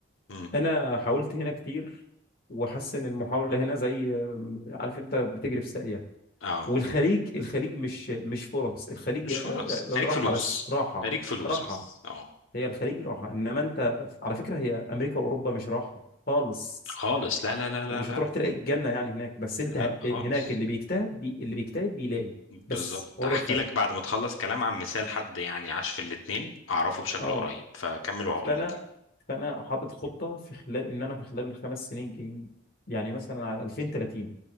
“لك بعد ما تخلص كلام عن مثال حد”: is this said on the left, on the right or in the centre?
Left